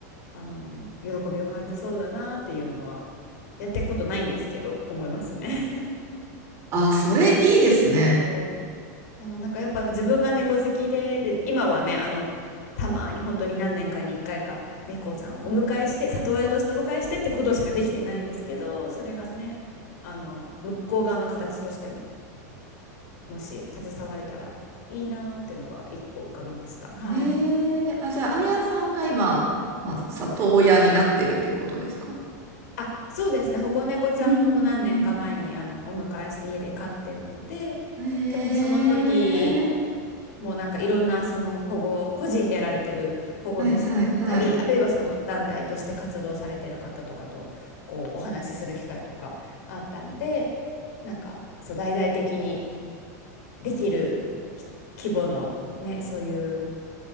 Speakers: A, on the left (about 65°); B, on the right (about 30°).
A: あの、喜びを感じそうだなっていうのは、やっていくことないんですけど、思いますね。
B: あ、それいいですね。
A: <laughs> そうそうなんかやっぱ自分が猫好きで、で、今はね、あの、たまに本当に何年かに1回かいか猫ちゃんをお迎えして、里親としてお迎えしてってことしかできてないんですけど、それがね、あの、向こう側の形としても、もし携われたらいいなーっていうのが一個浮かびました。はい。
B: ええあ、じゃあ、あやさんが今、まあ、里親になってるっていうことですか
A: あ、そうですね。保護猫ちゃんを何年か前にあのお迎えして家で飼ってるので、
B: うん、うん、うん。
A: でもその時
B: ええ
A: もうなんかいろんなその保護、個人でやられてる保護主さんだったり、
B: はいはいはい。
A: あるいはその団体として活動されてる方とかとこうお話しする機会とかあったんで、なんかそう大々的にできるき規模のね、そういう